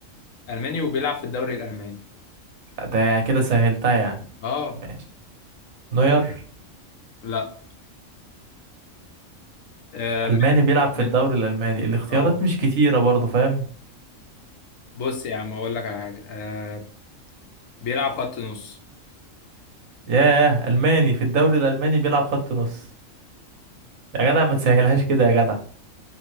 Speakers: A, on the left (about 75°); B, on the right (about 80°).
A: الماني وبيلعب في الدوري الالماني
B: ده يعني كده سهلتها يعني
A: اه
B: ماشي نوير
A: لا آه من
B: ألماني بيلعب
A: من
B: في الدوري الألماني الاختيارات
A: اه
B: مش كتيرة برضه فاهم
A: بص يا عم اقول لك على حاجه آه بيلعب خط نص
B: ياه ألماني في الدوري الألماني بيلعب خط نص يا جدع ما تسهلهاش كده يا جدع